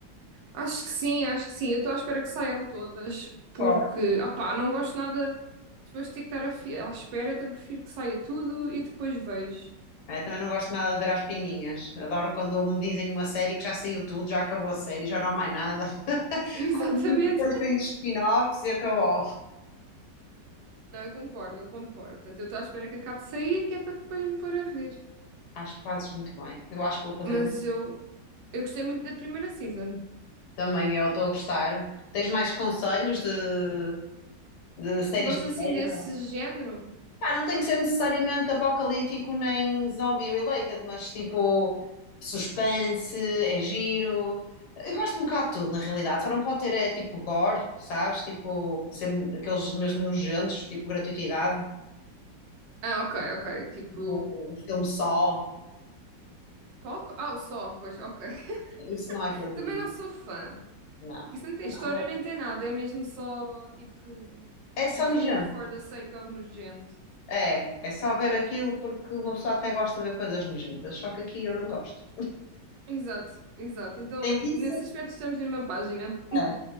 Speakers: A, on the right (about 80°); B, on the left (about 70°).
A: Acho que sim, acho que sim. Eu estou à espera que saiam todas, porque,
B: Claro.
A: opá, não gosto nada depois de ter que estar a fi- à espera, então prefiro que saia tudo e depois vejo.
B: É, também não gosto nada de ver as pinguinhas. Adoro quando me dizem uma série que já saiu tudo, já acabou a série, já não há mais nada. <laughs>
A: <laughs> Exatamente.
B: Como digo, depois tem spin-offs e acabou.
A: Não, eu concordo, eu concordo. Portanto, eu estou à espera que acabe de sair, que é para depois me pôr a ver.
B: Acho que fazes muito bem. Eu acho que vou fazer
A: Mas
B: o mesmo
A: eu, eu gostei muito da primeira season.
B: também. Eu estou a gostar. Tens mais conselhos de, de séries
A: Tu gostas
B: de séries?
A: assim desse género?
B: Pá, não tem que ser necessariamente apocalíptico nem zombie related, mas tipo suspense, é giro. Eu gosto um bocado de tudo, na realidade. Só não pode ter é tipo gore, sabes? Tipo, ser aqueles mesmo nojentos, tipo gratuitidade,
A: Ah, ok, ok. Tipo.
B: tipo um filme só.
A: Qual? Ah, o Só, pois, ok.
B: Isso não é
A: <laughs>
B: para mim,
A: Também não sou fã.
B: não.
A: Isso não tem
B: Terror.
A: história nem tem nada, é mesmo só tipo
B: É só
A: nojento
B: nojento.
A: for the sake of nojento.
B: É, é só ver aquilo porque uma pessoa até gosta de ver coisas nojentas, só que aqui eu não gosto.
A: Exato, exato. Então,
B: Nem isso,
A: nesse aspecto estamos na mesma página.
B: é.